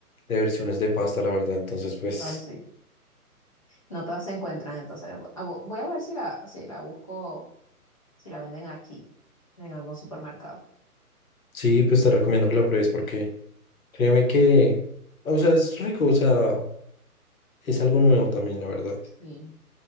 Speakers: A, on the left; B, on the left.
A: de versiones de pasta, la verdad, entonces, pues...
B: Ay, sí. No todas se encuentran, entonces ah, vo- voy a ver si la, si la busco, si la venden aquí, en algún supermercado.
A: Sí, pues te recomiendo que lo pruebes porque créeme que, o sea, es rico, o sea, es algo nuevo también, la verdad.
B: Sí.